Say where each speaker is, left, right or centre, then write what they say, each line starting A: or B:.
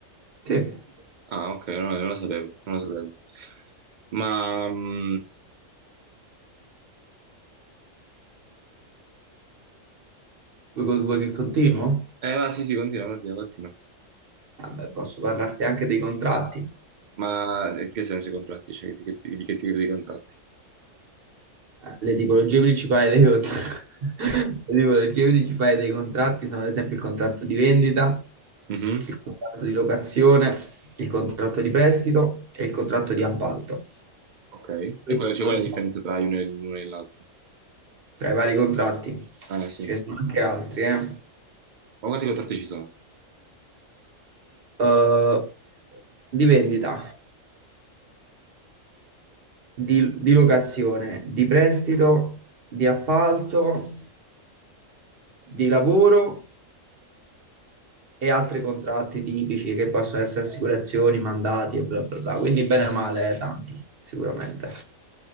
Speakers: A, on the right; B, on the right.
A: Sì.
B: Ah, ok, no, non lo sapevo, non lo sapevo. Ma... mm,
A: Vuoi, co- vuoi che continuo?
B: Eh, va, sì, sì, continua, continua, continua.
A: Vabbè, posso parlarti anche dei contratti.
B: Ma in che senso i contratti? Cioè, di che, ti- di che tipo di contratti?
A: Eh, Le tipologie principali dei, cont- <laughs> le tipologie principali dei contratti sono ad esempio il contratto di vendita,
B: Mhm.
A: il contratto di locazione, il contratto di prestito e il contratto di appalto.
B: Ok.
A: Questi
B: E qual è, cioè,
A: sono
B: qual è la
A: diciamo,
B: differenza tra uno e l'uno e l'altro?
A: tra i vari contratti,
B: Eh, sì.
A: ce ne sono anche altri, eh.
B: Ma quanti contratti ci sono?
A: Eh, di vendita. di, di locazione, di prestito, di appalto, di lavoro e altri contratti tipici che possono essere assicurazioni, mandati e bla bla bla. Quindi bene o male tanti, sicuramente.